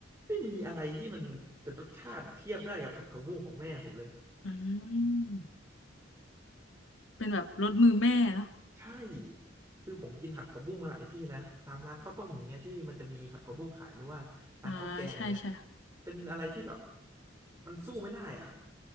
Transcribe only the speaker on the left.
อืมเป็นแบบรสมือแม่เนาะ
อ่าใช่ใช่